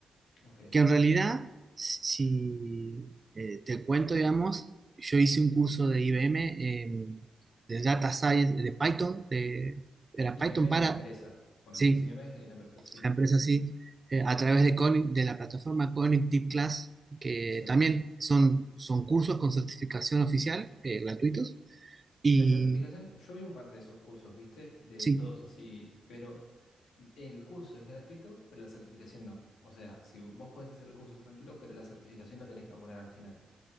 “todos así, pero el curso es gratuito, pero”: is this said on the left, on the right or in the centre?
Left